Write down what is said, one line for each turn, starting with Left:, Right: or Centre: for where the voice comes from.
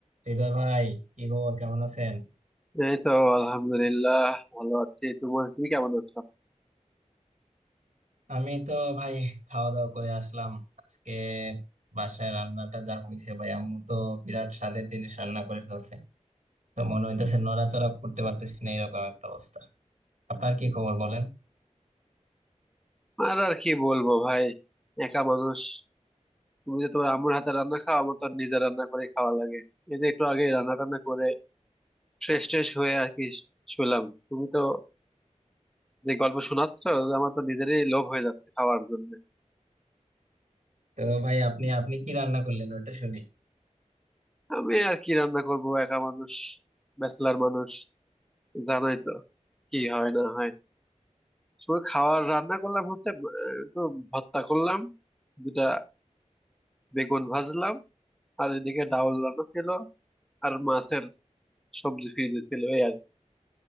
Right: হৃদয় ভাই কি খবর কেমন আছেন
Centre: এই তো আলহামদুলিল্লাহ ভালো আছি তোমার তুমি কেমন আছো
Right: আমি তো ভাই খাওয়া দাওয়া করে আসলাম আজকে বাসায় রান্নাটা যা হয়েছে ভাই আম্মু তো বিরাট স্বাদের জিনিস রান্না করে ফেলছে তো মনে হইতেছে নড়াচড়া করতে পারতেছি না এরকম একটা অবস্থা আপনার কি খবর বলেন
Centre: আর আর কি বলবো ভাই একা মানুষ তুমি যে তোমার আম্মুর হাতে রান্না খাও আমার তো আর নিজে রান্না করে খাওয়া লাগে এই যে একটু আগে রান্না টান্না করে ফ্রেশ ট্রেশ হয়ে আর কি শুলাম তুমি তো যে গল্প শোনাচ্ছ যে আমার তো নিজেরই লোভ হয়ে যাচ্ছে খাওয়ার জন্য
Right: তো ভাই আপনি আপনি কি রান্না করলেন ওটা শুনি
Centre: আমি আর কি রান্না করব একা মানুষ ব্যাচলার মানুষ জানোই তো কি হয় না হয় শুধু খাওয়ার রান্না করলাম হচ্ছে আহ, একটু ভর্তা করলাম দুটা বেগুন ভাজলাম আর এদিকে ডাউল রান্না ছিল আর মাছের সবজি ফ্রিজে ছিল এই আর কি।